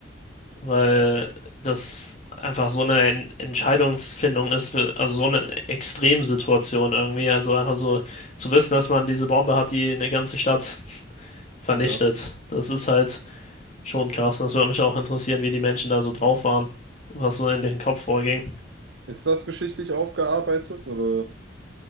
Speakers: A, on the left; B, on the right.
A: weil das einfach so eine En- Entscheidungsfindung ist, für, also so eine Extremsituation irgendwie. Also einfach so zu wissen, dass man diese Bombe hat, die eine ganze Stadt vernichtet.
B: Ja.
A: Das ist halt Schon krass, das würde mich auch interessieren, wie die Menschen da so drauf waren, was so in deren Kopf vorging.
B: Ist das geschichtlich aufgearbeitet oder?